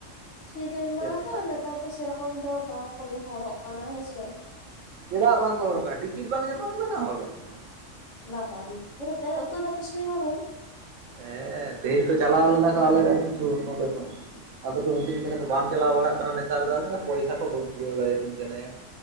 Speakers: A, on the left; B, on the right.
A: <unintelligible>
B: ᱪᱮᱫ ᱟᱫᱚ
A: ᱞᱟᱛᱟᱨ ᱛᱚ ᱥᱮᱨᱚᱠᱚᱢ ᱫᱚ ᱵᱟᱝᱠᱚ ᱡᱚᱦᱚᱲᱚᱜ ᱠᱟᱱᱟ ᱦᱮᱸᱥᱮ᱾
B: ᱪᱮᱫᱟᱜ ᱵᱟᱝᱠᱚ ᱦᱚᱲᱚᱜᱼᱠᱟᱱᱟ? ᱴᱤᱠᱤᱴ ᱵᱟᱝ ᱧᱟᱯᱟᱢ ᱠᱟᱱᱟ, ᱦᱚᱲ ᱵᱟᱝ ᱠᱚ
A: ᱵᱟᱯᱟᱨᱤ ᱯᱩᱨᱟᱹ ᱯᱮᱨᱮᱜ ᱩᱛᱟᱹᱨ ᱫᱟᱠᱚ ᱥᱤᱱᱮᱢᱟ ᱦᱳᱞ᱾
B: ᱠᱟᱱᱟ ᱦᱮᱸ ᱛᱮᱦᱮᱧ ᱠᱚ ᱪᱟᱞᱟᱣ ᱞᱮᱱᱟ ᱠᱚ ᱟᱞᱮᱨᱮᱱ ᱠᱤᱪᱷᱩ ᱱᱚᱰᱮ ᱠᱷᱚᱱ, ᱟᱫᱚ ᱠᱚ ᱢᱤᱛᱟᱹᱧ ᱠᱟᱱᱟ ᱠᱚ ᱵᱟᱢ ᱪᱟᱞᱟᱣ ᱵᱟᱲᱟᱜ ᱠᱟᱱᱟ ᱱᱮᱛᱟᱨ ᱫᱚ, ᱟᱫᱚᱧ ᱞᱮᱭᱼᱟ ᱯᱚᱭᱥᱟ ᱠᱚ ᱵᱟᱹᱧ ᱠᱩᱲᱟᱹᱣ ᱫᱟᱲᱮᱭᱟᱛᱤᱧ ᱠᱟᱱᱟ ᱭᱟ ᱾